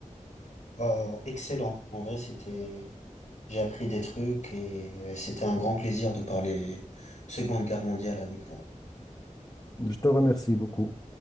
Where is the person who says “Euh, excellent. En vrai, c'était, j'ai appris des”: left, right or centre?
Left